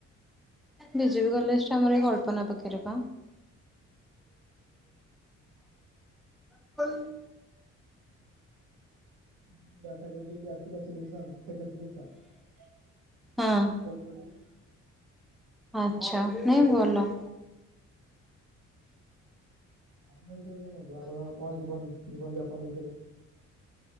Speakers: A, in the centre; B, on the right (about 85°).
A: ବିଜେପି କଲେଜଟା ଆମର ଏଇ କଳ୍ପନା ପାଖରେ ପା। <unintelligible>
B: <inaudible> ଏବେ ଯେମତି ଆସିଲା ସିଲେକ୍ସନ ସେକେଣ୍ଡ ସିଲେକ୍ସନ୍, ସେଟ
A: ହଁ।
B: ପଢିବି।
A: ଆଚ୍ଛା ନାଇ ଭଲ।
B: ଆପଣ <inaudible> ଆପଣ କଣ ଜୀବନ ଜୀବନ ଯାପନ ବିଷୟରେ?